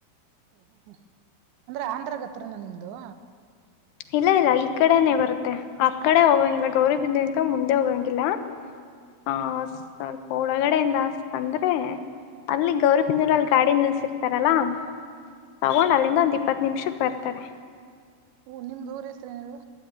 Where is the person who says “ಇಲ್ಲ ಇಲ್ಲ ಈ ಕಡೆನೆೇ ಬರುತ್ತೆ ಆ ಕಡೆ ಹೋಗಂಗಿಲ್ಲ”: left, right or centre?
Left